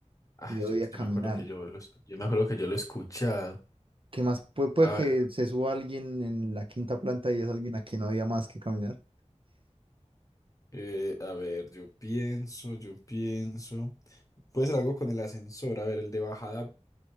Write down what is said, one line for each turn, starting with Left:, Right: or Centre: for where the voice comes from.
Left: Ay,
Right: Y odia
Left: yo,
Right: caminar.
Left: yo me acuerdo que yo lo yo me acuerdo que yo lo he escuchado.
Right: ¿Qué más? Pu- puede
Left: A
Right: que
Left: ver.
Right: se suba alguien en la quinta planta y es alguien a quien odia más que caminar.
Left: Eh, a ver, yo pienso, yo pienso. Puede ser algo con el ascensor, a ver, el de bajada.